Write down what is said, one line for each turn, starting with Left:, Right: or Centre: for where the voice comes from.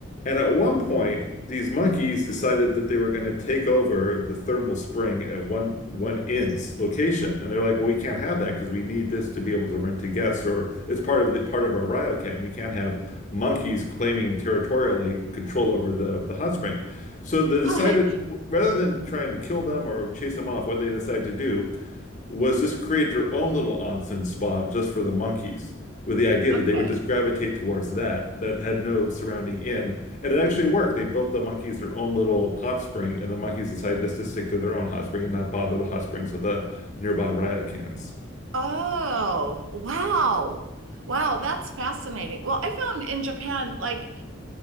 Left: And at one point, these monkeys decided that they were going to take over the thermal spring at one one inn's location. And they're like, well, we can't have that because we need this to be able to rent to guests, or it's part of the part of our RioCan. We can't have monkeys claiming territorially control over the, the hot spring. So they decided,
Right: <laughs>
Left: rather than try and kill them or chase them off, what they decided to do was just create their own little onsen spa just for the monkeys, with the idea that
Right: Okay.
Left: they would just gravitate towards that, that had no surrounding inn. And it actually worked. They built the monkeys their own little hot spring, and the monkeys decided just to stick to their own hot spring and not bother the hot springs of the nearby riot cans.
Right: Oh, wow. Wow, that's fascinating. Well, I found in Japan, like